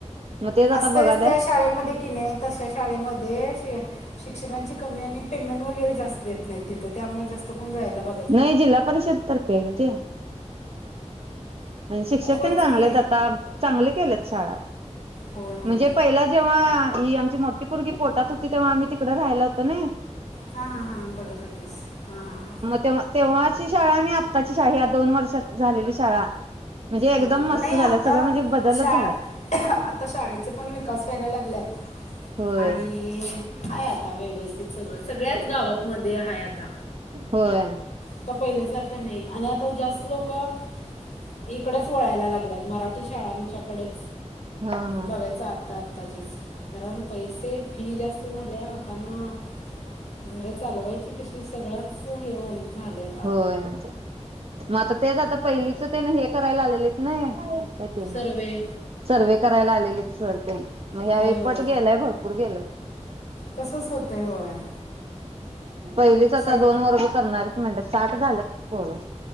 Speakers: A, on the right; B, on the left.
A: म तेच
B: असतेच
A: आता बघायल्यात.
B: त्या शाळेमध्ये कि नाय तश्या शाळेमध्ये ते शिक्षकांची कमी आणि पेमेंट वगैरे जास्त देत नाहीत तिथं त्यामुळे जास्त कोण जायला बघ
A: नाही जिल्हा परिषद तर्फे आहे गगं ते शिक्षक
B: होयच
A: तेन चांगलेत
B: की
A: आता, चांगले केल्यात शाळा
B: होय होय
A: म्हणजे पहिला जेव्हा ही आमची मोठी पुरगी पोटात हुती तेव्हा आम्ही तिकडं राहायला हुतं नई
B: हा, हा, हां बघत होती हा, हां, हां
A: तेव्हा-तेव्हाची शाळा आणि आत्ताची शाळा या दोन वर्षात झालेली शाळा म्हणजे एकदम
B: होय,
A: मस्त
B: नई
A: झाल्या
B: आता
A: सगळं म्हणजे बदलच
B: शाळा
A: झालाय
B: आता शाळेचे पण विकास व्हायला लागल्यात,
A: होय
B: आणि हाय आता व्यवस्थित सगळं, सगळ्याच गावातमध्ये हाय आता.
A: होय
B: आता पहिल्यासारखं नाई आणि आता जास्त लोकं इकडंच वळायला लागल्यात, मराठी शाळांच्याकडेच
A: हा हा
B: बघायच आतात ऑफिस, कारण पैसे, फी जास्त झाल्या लोकांना. घर चालवायची कशी, सगळंच हे होऊन झालंय.
A: होय, मग आता तेच, आता पहिलीच तेन हे करायला आलेलेत, ने ही. काय ते,
B: सर्वे
A: सर्व करायला आलेले, सर, ते मग ह्या
B: होय होय
A: मत गेलाय, भरपूर गेलाय.
B: तसंच होतंय, होय.
A: पहिलीच आता
B: सग
A: दोन वर्ग करणारेत म्हणले, साठ झालेत पोरं.